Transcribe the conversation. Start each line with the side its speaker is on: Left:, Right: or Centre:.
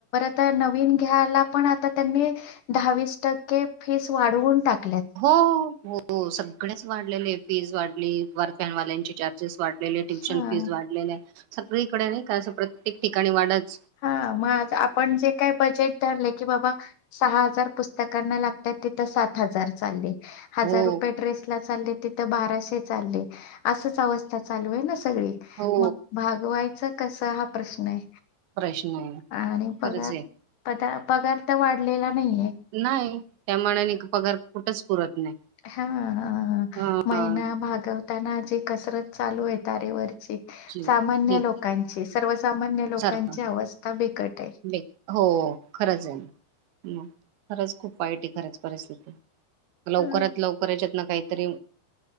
Left: त नवीन घ्याला पण आता त्यांनी दहावीस टक्के फीस वाढवून टाक
Right: हो हो सगळेच वाढलेले फीज वाढली, वर व्हॅन वाल्यांचे चार्ज र्जेस वाढलेले ट्युशन
Left: हा
Right: फीज वाढलेल्या सगळीकडे नाही का असं प्रत्येक ठिकाणी वाढतं
Left: हा मग आज आपण जे काय बजेट धरले की बाबा सहा हजार पुस्तकांना लागतात तिथं सात हजार चालले हजार
Right: हो
Left: रुपये ड्रेस ला च लले तिथं बाराशे चालले असंच अवस्था चालू आहे ना सगळी
Right: हो
Left: मग, भागवायचं कसं हा प्रश्न आहे?
Right: प्रश्न आहे.
Left: आणि पगार
Right: खरंच आहे.
Left: पदा पगार त वाढलेला नाहीये.
Right: नाही त्या मानाने पगार कुठच पुरत नाही.
Left: हा हा
Right: हा
Left: महिना भागवताना जे कसरत चालूय तारेवरची.
Right: ठीक
Left: सामान्य लोकांची. सर्वसामान्य लोकांची
Right: सारख
Left: अवस्था बिकट
Right: बे हो खरंच आहे ना म खरंच खूप वाईट आहे खरंच परिस्थिती.
Left: आहे.
Right: लवकरात लवकर याच्यात न कांही तरी